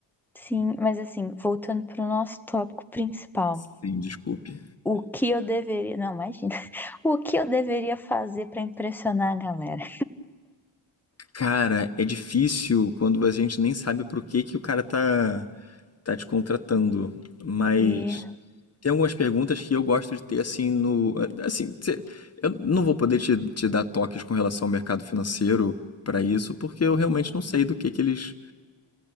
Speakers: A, in the centre; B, on the left (about 30°).
A: Sim, mas assim, voltando para o nosso tópico principal,
B: Sim, desculpe.
A: o que eu deveria. Não, imagina. <laughs> O que eu deveria fazer para impressionar a galera?
B: Cara, é difícil quando a gente nem sabe pro que que o cara tá, tá te contratando. Mas
A: É,
B: tem algumas perguntas que eu gosto de ter assim no. Assim, cê- eu não vou poder te, te dar toques com relação ao mercado financeiro pra isso, porque eu realmente não sei do que que eles.